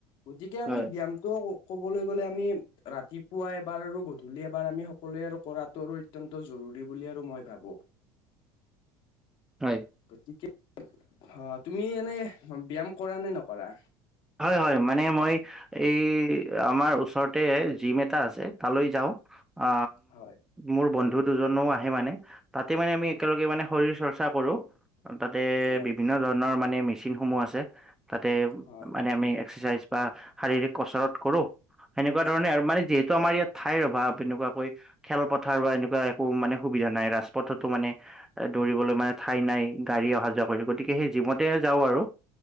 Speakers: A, on the left; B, in the centre.
A: গতিকে আমি
B: হয়
A: ব্যয়ামটোও কবলৈ গলে আমি ৰাতিপুৱা এবাৰ আৰু গধূলি এবাৰ আমি সকলোৱে আৰু কৰাটো আৰু অত্যন্ত জৰুৰী বুলি আৰু মই ভাবো। <inaudible>
B: হয়,
A: গতিকে অ', তুমি এনে ব্যয়ায়াম কৰা নে নকৰা?
B: হয়, হয়, মানে মই এই আমাৰ ওচৰতে জিম এটা আছে তালৈ যাওঁ আ
A: হয়
B: মোৰ বন্ধু দুজনো আহে মানে তাতে মানে আমি একেলগে মানে শৰীৰ চৰ্চা কৰো তাতে
A: হয়
B: বিভিন্ন ধৰণৰ মানে মেচিন সমূহ আছে তাতে
A: হয়
B: মানে আমি এক্সাৰচাইজ বা শাৰীৰিক কচৰত কৰো সেনেকুৱা ধৰণে
A: হয়
B: আৰু মানে যিহেতু আমাৰ ইয়াত ঠাইৰ অভাৱ এনেকুৱাকৈ খেলপথাৰ বা এনেকুৱা একো মানে সুবিধা নাই ৰাজপথতো মানে এ দৌৰিবলৈ মানে ঠাই নাই গাড়ী অহা যোৱা কৰি থাকিব, গতিকে সেই জিমতে যাওঁ আৰু।